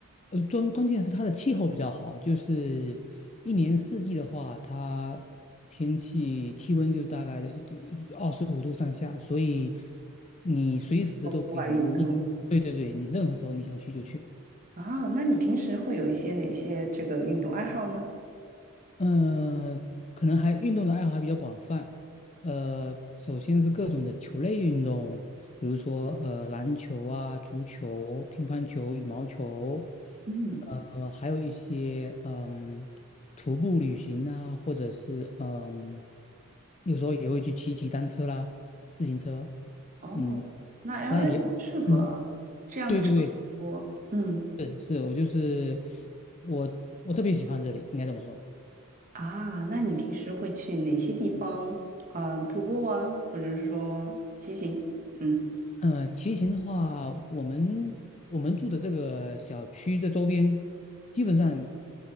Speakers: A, on the left (about 30°); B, on the right (about 35°).
A: 呃，关关键是它的气候比较好，就是一年四季的话，它天气气温就大概二十五度上下，所以你随时都可以，
B: 做户外运动。
A: 你对对对，你任何时候你想去就去。
B: 啊，那你平时会有一些哪些这个运动爱好呢？
A: 嗯，呃可能还运动的爱好还比较广泛。呃，首先是各种的球类运动，比如说呃篮球啊、足球、乒乓球、羽毛球，
B: 嗯，
A: 呃，还有一些嗯徒步旅行啊，或者是嗯有时候也会去骑骑单车啦、自行车。
B: 哦，
A: 嗯，
B: 那 LA
A: 但也嗯，
B: 很适合这样的场所。
A: 对对
B: 嗯，
A: 对，是是，我就是我我特别喜欢这里，应该怎么说。
B: 啊，那你平时会去哪些地方啊，徒步啊，或者是说骑行？嗯，
A: 呃，骑行的话，我们我们住的这个小区这周边，基本上